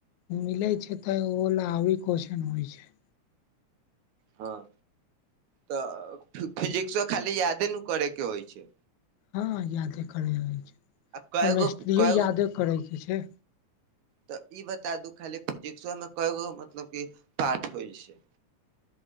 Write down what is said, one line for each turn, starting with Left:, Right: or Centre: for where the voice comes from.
Left: मिले छै, तऽ ओ ली कन होइ छै <unintelligible>
Right: हँ, तऽ फिजिक्सो खाली यादे नू करे के होइ छै।
Left: हँ यादे करैै ले छै,
Right: आ कएगो
Left: केमेस्ट्रीयो
Right: कएगो
Left: यादे करै के छै।
Right: तऽ ई बता दू खाली, फिजिक्सो मे कैगो मतलब की पाठ होइ छै?